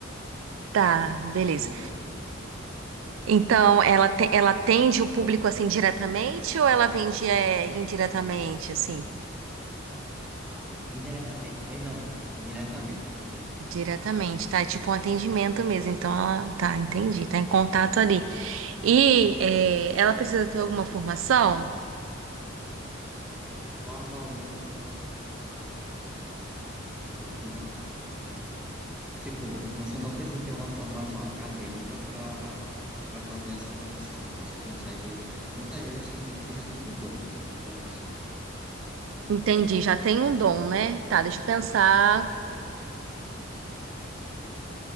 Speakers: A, on the right (about 75°); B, in the centre.
A: Tá, beleza.
B: Que assim, tipo,
A: Então, ela, te- ela atende o público assim diretamente ou ela vende é, indiretamente, assim?
B: ah, indiretamente. Eh, não, diretamente, desculpa.
A: Diretamente, tá? É tipo um atendimento mesmo. Então ela, tá, entendi, tá em contato ali. E é, ela precisa ter alguma formação?
B: Normalmente não. Normalmente não. Tipo, você não precisa ter uma formação acadêmica para para fazer essa profissão. Você consegue. Muitas vezes tem gente que já tem o dom. É isso.
A: Entendi, já tem um dom, né? Tá, deixa eu pensar.